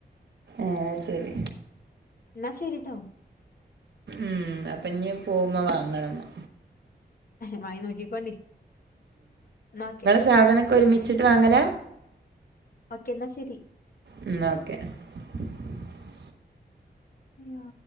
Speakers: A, on the right; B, on the left.
A: ആഹ് ശരി
B: എന്ന ശരി ട്ടോ
A: ഉം അപ്പൊ ഇനി പോവുമ്പോ വാങ്ങണം. ന്ന
B: വാങ്ങി നോക്കിക്കോണ്ടി. ന്നഓക്കെ
A: സാധനംമൊക്കെ ഒരുമിച്ചിട്ട് വാങ്ങല.
B: ഓക്കേ എന്നാ ശരി.
A: ഉം ന്ന ഓക്കെ <inaudible>
B: ഉം